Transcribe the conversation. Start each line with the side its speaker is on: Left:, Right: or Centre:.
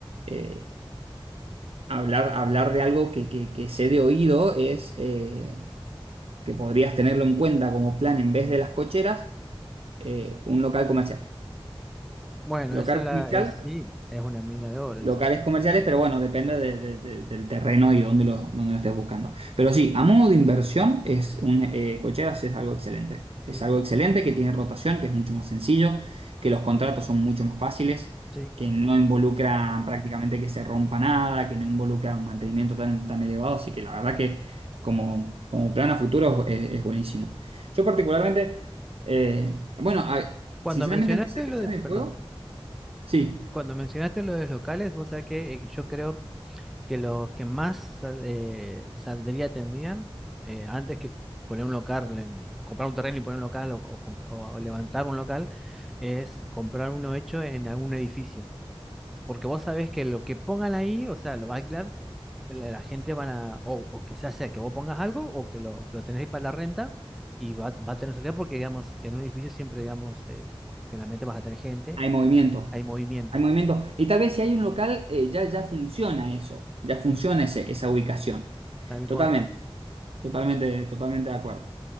Right: eh, Hablar, hablar de algo que, que, que sé de oído es eh, que podrías tenerlo en cuenta como plan en vez de las cocheras, eh, un local comercial.
Centre: Bueno,
Right: Local
Centre: esa la
Right: comercial
Centre: es, sí, es una mina de oro,
Right: locales
Centre: eso,
Right: comerciales, pero bueno, depende de- de- de- del terreno y dónde lo, dónde lo estés buscando. Pero sí, a modo de inversión, es un, eh, Cocheras es algo excelente.
Centre: sí,
Right: Es algo excelente que tiene rotación, que es mucho más sencillo, que los contratos son mucho más fáciles,
Centre: sí.
Right: que no involucran prácticamente que se rompa nada, que no involucra un mantenimiento tan, tan elevado. Así que la verdad que como, como plan a futuro es, es buenísimo. Yo particularmente, eh, bueno, a-
Centre: Cuando
Right: sinceramente
Centre: mencionaste
Right: empecé a pensar
Centre: lo de, perdón,
Right: en el juego. Sí.
Centre: cuando mencionaste lo de los locales, vos sabés que eh, yo creo que los que más sal- eh, saldría tendrían, eh, antes que poner un local, en- comprar un terreno y poner un local o, o comp- o levantar un local, es comprar uno hecho en algún edificio. Porque vos sabés que lo que pongan ahí, o sea, lo va a alquilar, la, la gente van a, o, o quizás sea que vos pongas algo o que lo, lo tenés ahí para la renta y va, va a tener salida porque, digamos, en un edificio siempre, digamos, eh, generalmente vas a tener gente,
Right: Hay movimiento,
Centre: hay movimiento.
Right: hay movimiento. Y tal vez si hay un local, eh, ya, ya funciona eso, ya funciona
Centre: Ujú.
Right: ese- esa ubicación.
Centre: Tal
Right: Totalmente,
Centre: cual.
Right: totalmente, totalmente de acuerdo.